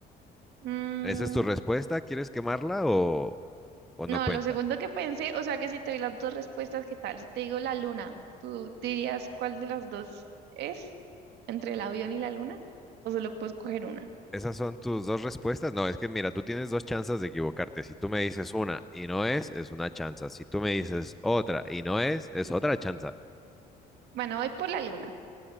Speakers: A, on the right; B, in the centre.
A: Mm,
B: ¿Esa es tu respuesta? ¿Quieres quemarla o, o
A: No,
B: no cuenta?
A: lo segundo que pensé, o sea que si te doy las dos respuestas, ¿qué tal? Si te digo la luna, ¿tú dirías cuál de las dos es? ¿Entre el avión y la luna? ¿O solo puedes coger una?
B: ¿Esas son tus dos respuestas? No, es que mira, tú tienes dos chances de equivocarte. Si tú me dices una y no es, es una chanza. Si tú me dices otra y no es, es otra chanza.
A: Bueno, voy por la luna.